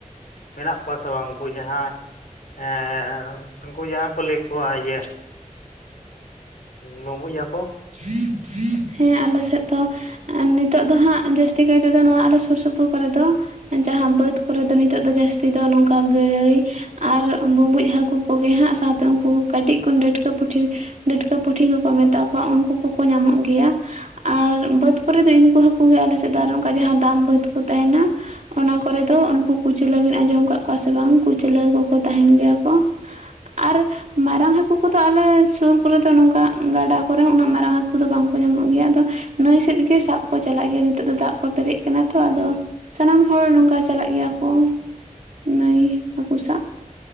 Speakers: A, on the left (about 80°); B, on the right (about 60°).
A: ᱢᱮᱱᱟ-ᱜ ᱠᱚᱣᱟ ᱥᱮ ᱵᱟᱝ? ᱩᱱᱠᱩ ᱡᱟᱦᱟᱸᱭ ᱼᱼ ᱮᱸᱻ ᱩᱱᱠᱩ ᱡᱟᱦᱟᱸ ᱠᱚ ᱞᱟᱹᱭ ᱠᱚᱣᱟ᱾ ᱤᱭᱟᱹ ᱵᱩᱸᱵᱩᱡ ᱦᱟᱹᱠᱩ।
B: <inaudible> ᱦᱮᱸ ᱟᱞᱮ ᱥᱮᱫ ᱫᱚ, ᱱᱤᱛᱚᱜ ᱫᱚ ᱦᱟᱸᱜ ᱡᱟᱹᱥᱛᱤ ᱠᱟᱭ ᱛᱮᱫᱚ, ᱱᱚᱣᱟ ᱟᱞᱮ ᱥᱩᱨ ᱥᱩᱯᱩᱨ ᱠᱚᱨᱮ ᱫᱚ ᱼᱼ ᱡᱟᱦᱟᱸ ᱵᱟᱹᱫᱽ ᱠᱚᱨᱮ ᱫᱚ, ᱱᱤᱛᱚᱜ ᱫᱚ ᱡᱟᱹᱥᱛᱤ ᱫᱚ ᱱᱚᱝᱠᱟ ᱜᱟᱹᱲᱟᱹᱭ ᱼᱼ ᱟᱨ ᱵᱩᱸᱵᱩᱡ ᱦᱟᱹᱠᱩ ᱠᱚᱜᱮ ᱦᱟᱸᱜ, ᱥᱟᱶᱛᱮ ᱩᱱᱠᱩ ᱠᱟᱹᱴᱤᱡ ᱠᱷᱚᱱ ᱰᱟᱹᱴᱠᱟᱹ ᱯᱩᱴᱷᱤ ᱰᱟᱴᱠᱟᱹ ᱯᱩᱴᱷᱤ ᱠᱚᱼᱠᱚ ᱢᱮᱛᱟ ᱠᱚᱣᱟ᱾ ᱩᱱᱠᱩ ᱠᱚᱼᱠᱚ ᱧᱟᱢᱚᱜ ᱜᱮ ᱜᱮᱭᱟ᱾ ᱟᱨ ᱵᱟᱹᱫᱽ ᱠᱚᱨᱮ ᱫᱚ ᱩᱱᱠᱩ ᱦᱟᱹᱠᱩ ᱜᱮ, ᱟᱞᱮ ᱥᱮᱫ ᱫᱚ ᱟᱨ ᱚᱱᱠᱟ ᱡᱟᱦᱟᱸ ᱫᱟᱢ ᱵᱟᱹᱫᱽ ᱠᱚ ᱛᱟᱦᱮᱱᱟ ᱚᱱᱟ ᱠᱚᱨᱮ ᱫᱚ, ᱩᱱᱠᱩ ᱠᱩᱪᱞᱟᱹ ᱵᱤᱱ ᱟᱸᱡᱚᱢ ᱠᱟᱜ ᱠᱚᱣᱟ ᱾ ᱥᱮ ᱵᱟᱝ ᱠᱩᱪᱞᱟᱹ ᱠᱚᱼᱠᱚ ᱛᱟᱦᱮᱱ ᱜᱮᱭᱟ ᱠᱚ। ᱟᱨ ᱼᱼ ᱢᱟᱨᱟᱝ ᱦᱟᱹᱠᱩ ᱠᱚᱼᱫᱚ ᱟᱞᱮ ᱥᱩᱨ ᱠᱚᱨᱮ ᱫᱚ ᱱᱚᱝᱠᱟ ᱜᱟᱰᱟ ᱠᱚᱨᱮ ᱩᱱᱟᱹᱜ ᱢᱟᱨᱟᱝ ᱦᱟᱹᱠᱩ ᱫᱚ ᱵᱟᱝ ᱼᱼ ᱠᱚ ᱧᱟᱢᱚᱜ ᱜᱮᱭᱟ। ᱟᱫᱚ ᱱᱟᱹᱭ ᱥᱮᱫ ᱜᱮ ᱥᱟᱵ ᱠᱚ ᱪᱟᱞᱟᱜ ᱜᱮᱭᱟ। ᱱᱤᱛᱚᱜ ᱫᱚ ᱫᱟᱜ ᱠᱚ ᱯᱮᱨᱮᱡ ᱠᱟᱱᱟ ᱛᱚ, ᱟᱫᱚ ᱼᱼ ᱥᱟᱱᱟᱢ ᱦᱚᱲ, ᱱᱚᱝᱠᱟ ᱪᱟᱞᱟᱜ ᱜᱮᱭ-ᱟ ᱠᱚ ᱾ ᱱᱟᱹᱭ ᱦᱟᱹᱠᱩ ᱥᱟᱵ।